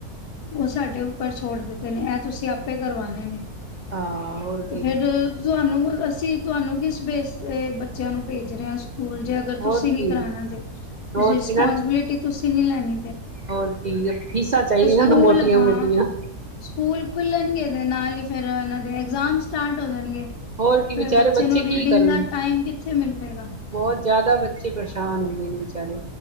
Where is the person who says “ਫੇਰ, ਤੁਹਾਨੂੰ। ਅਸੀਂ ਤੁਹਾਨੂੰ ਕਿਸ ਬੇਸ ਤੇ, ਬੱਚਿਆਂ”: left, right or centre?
Left